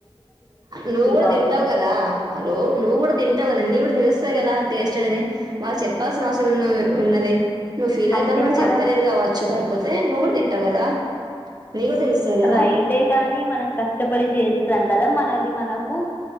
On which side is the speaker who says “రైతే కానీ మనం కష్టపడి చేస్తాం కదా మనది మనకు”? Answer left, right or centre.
Left